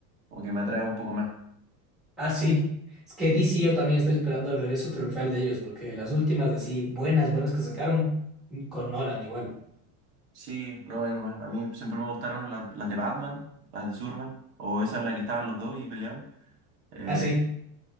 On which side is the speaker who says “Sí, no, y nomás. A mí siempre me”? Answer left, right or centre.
Right